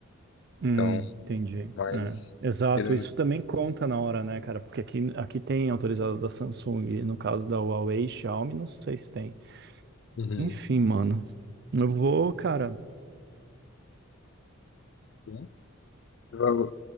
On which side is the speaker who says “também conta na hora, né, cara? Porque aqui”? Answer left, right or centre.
Right